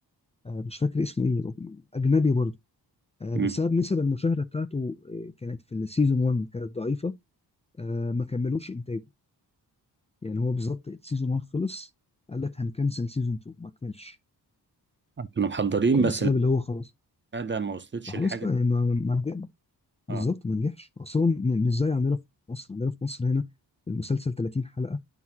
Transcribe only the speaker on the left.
آه، مش فاكر اسمه ايه رغم- اجنبي برضه آه، بسبب
نسب المشاهده بتاعته آه، كانت في السيزون 1 كانت ضعيفه آه، ما كملوش انتاجه يعني هو بالظبط السيزون 1 خلص قال لك هنكنسل سيزون 2 ما كملش
آه،
بسبب اللي هو خلاص
فخلاص
بقى ما ما- بالظبط
ما نجحش اصلا م- مش زي عندنا في مصر عندنا في مصر هنا المسلسل 30 حلقه